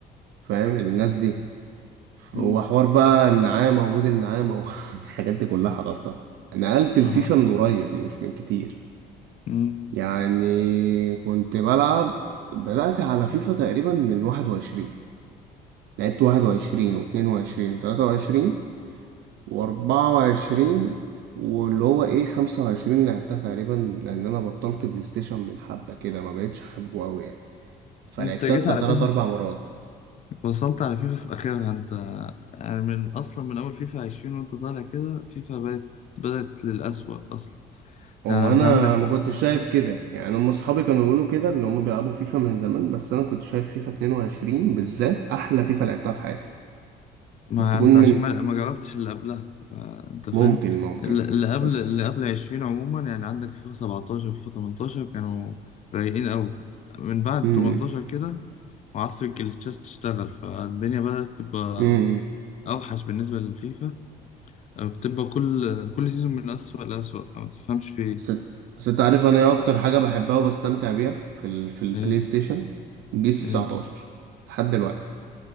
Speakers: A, on the right; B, on the left.
A: فاهم الناس دي ف-
B: مم.
A: وحوار بقى النعامة ومود النعامة والحاجات <laughs> دي كلها حضرتها نقلت الفيفا
B: انا
A: من قريب مش من كتير
B: مم.
A: يعني كنت بلعب بدأت على فيفا تقريبا من واحد وعشرين لعبت واحد وعشرين واتنين وعشرين وتلاتة وعشرين وأربعة وعشرين واللي هو ايه خمسة وعشرين لعبتها تقريبا لأن أنا بطلت بلاي ستيشن من حبة كده ما بقتش أحبه أوي يعني فلعبتها
B: انت جيت
A: بتاع
B: على
A: تلات
B: فيفا
A: أربع مرات
B: وصلت على فيفا في آخرها أنت يعني من أصلا من أول فيفا 20 وأنت طالع كده فيفا بدأت بدأت للأسوأ أصلا
A: وانا
B: يعني أنت عندك
A: ما كنتش شايف كده يعني هم اصحابي كانوا بيقولوا كده ان هم بيلعبوا فيفا من زمان بس انا كنت شايف فيفا 22 بالذات احلى فيفا لعبتها في حياتي
B: ما
A: ممكن تكون
B: أنت عشان
A: من
B: ما ما جربتش اللي قبلها آه، أنت فاهم
A: ممكن ممكن
B: اللي اللي قبل
A: بس
B: اللي قبل 20 عموما يعني عندك فيفا 17 فيفا 18 كانوا رايقين أوي من بعد
A: امم
B: 18 كده وعصر الجليتشات تشتغل فالدنيا بدأت تبقى
A: امم
B: أوحش بالنسبة للفيفا آه، بتبقى كل كل سيزون من أسوأ لأسوأ فما تفهمش في إيه
A: بس بس انت عارف انا ايه اكتر حاجه بحبها وبستمتع بيها في ال... في البلاي
B: إيه
A: ستيشن بيس 19
B: إيه
A: لحد دلوقتي